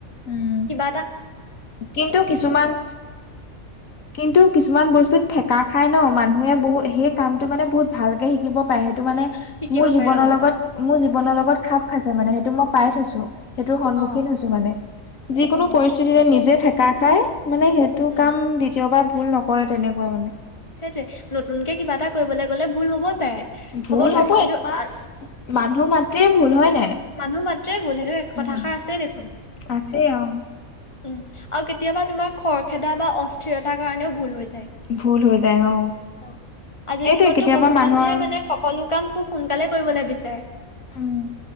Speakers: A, on the left; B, on the left.
A: উম
B: কিব
A: কিন্তু কিছুমান কিন্তু কিছুমান বস্তুত থেকা খাই ন মানুহে বহু সেই কামটো মানে বহুত ভালকে শিকিব পাৰে। সেইটো মানে
B: শিকিব
A: মোৰ জীৱনৰ
B: পাৰে অ
A: লগত মোৰ জীৱনৰ লগত খাপ খাইছে। মানে সেইটো মই পাই থৈছো। সেইটোৰ সন্মুখীন
B: অ
A: হৈছো মানে যিকোনো
B: অ
A: পৰিস্থিতিতে নিজে ঠেকা খাই মানে সেই তোৰ
B: উম
A: কাম দ্বিতীয়বাৰ ভুল নকৰে তেনেকুৱা মানে।
B: সেইটোৱে নতুনকে কিবা এটা কৰিবলৈ গলে ভুল হবই পাৰে।
A: ভুল
B: পাৰে
A: হ'ব
B: কিন্তু
A: তোমাৰ
B: আ
A: মানুহ মাতৃয়ে ভুল হয় নাই।
B: মানুহ মাত্ৰেই ভুল সেইটো
A: উম
B: কথাষাৰ আছেই দেখোন।
A: আছে অ
B: উম, আৰু কেতিয়াবা তোমাৰ খৰখেদা বা অস্থিৰতাৰ কাৰণেও ভুল হৈ যায়।
A: ভুল হৈ যায় অ
B: অ' আজিৰ
A: সেইটোৱে
B: যুগতটো
A: কেতিয়াবা
B: বহু
A: মানুহৰ
B: মানুহে মানে সকলো কাম খুব সোনকালে কৰিবলৈ বিচাৰে
A: উম,